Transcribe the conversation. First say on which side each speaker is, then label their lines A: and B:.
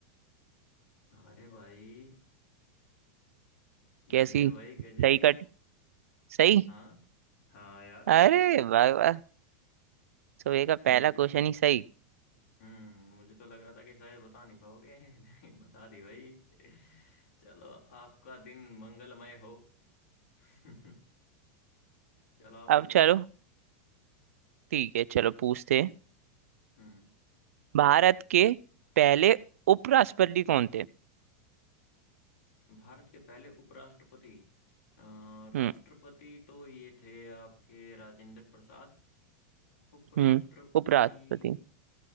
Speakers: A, on the left (about 80°); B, on the right (about 80°).
A: अरे भाई
B: कैसी
A: गजब भाई
B: सही
A: गजब
B: कट सही
A: हाँ हाँ यार बिल्कुल
B: अरे वाह वाह सुबह का
A: मेरे
B: पहला
A: को तो-
B: क्वेश्चन ही सही
A: हम्म मुझे तो लग रहा था कि शायद बता नहीं पाओगे <laughs> लेकिन बता दी भाई चलो आपका दिन मंगलमय हो <laughs> चलो आप पूछो
B: अब चलो ठीक है चलो पूछते हैं
A: हम्म
B: भारत के पहले उपराष्ट्रपति कौन थे
A: भारत के पहले उपराष्ट्रपति अ, राष्ट्रपति
B: हम्म
A: तो ये थे आपके राजेंद्र प्रसाद उपराष्ट्रपति
B: हम्म उपराष्ट्रपति